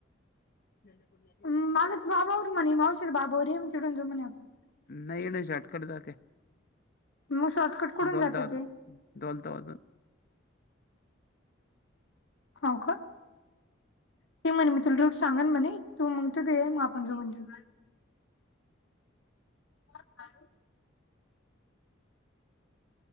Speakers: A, on the left; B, on the left.
A: ते
B: मला बाबाबर म्हणे. मावशीत बाबाबर ये म्हणे. तीडून जऊ म्हणे आपण.
A: नाही नाही. शॉर्टकट जाते.
B: मग शॉर्टकट कुठून
A: डोलता
B: जात ते
A: डोलता <unintelligible> वा
B: हो का. ते म्हणे मी तुला रूट सांगन म्हणे तू मग तिथे ये आपण जाऊन देऊ. <unintelligible>